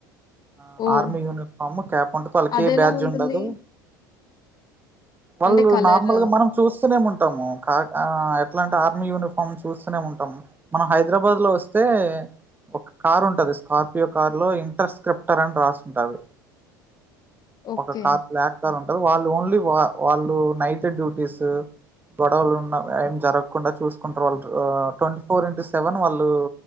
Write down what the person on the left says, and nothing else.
ఓహ్!
అదెలా
ఉంటుంది?
అంటే కలర్
ఓకే.